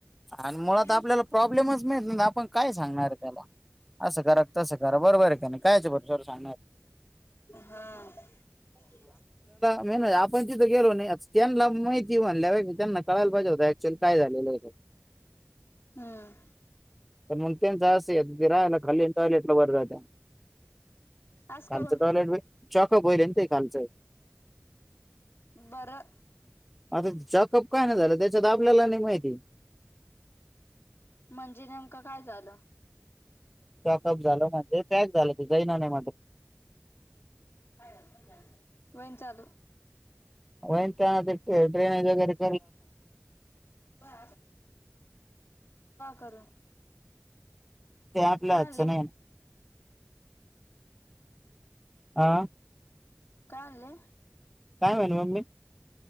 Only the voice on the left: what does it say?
पण
हा <unintelligible>
हम्.
असं
काऊन
बरं.
म्हणजे नेमकं काय झालं?
काय? <unintelligible> वहीन चालू.
<inaudible> का करून,
काय
आणले
कायले <unintelligible>